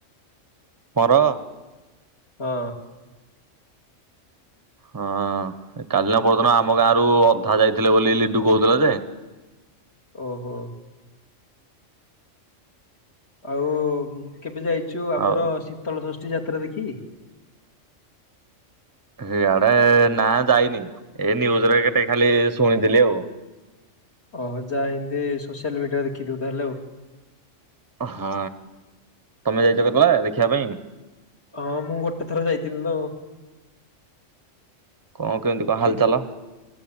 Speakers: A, on the right; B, on the left.
A: ମୋର
B: ହଁ
A: ହଁ କାଲିିନା ପହଦିନ ଆମ ଗାଁ ରୁ ଅଧା ଯାଇଥିଲେ ବୋଲି ଲିଡୁ କହୁଥିଲା ଯେ
B: ଓହୋ ଆଉ କେବେ ଯାଇଚୁ ଆମର
A: ଆଉ
B: ଶୀତଳ ଷଷ୍ଠୀ ଯାତ୍ରା ଦେଖି।
A: ସେଇଆଡେ ନା ଯାଇନି ଏଇ ନ୍ୟୁଜ ରେ କେତେ ଖାଲି ଶୁଣିଥିଲି ଆଉ
B: ଓହ ଯାଇକି ସୋସିଆଲ ମିଡିଆରେ ଦେଖିଥିବୁ ତାହେଲେ ଆଉ
A: ହଁ ତମେ ଯାଇଚ କେତେବେଳେ ଦେଖିବା ପାଇଁ।
B: ହଁ ମୁଁ ଗୋଟେ ଥର ଯାଇଥିଲି ତ ଆଉ
A: କଁ କେମିତି କଣ ହାଲଚାଲ
B: ହେ,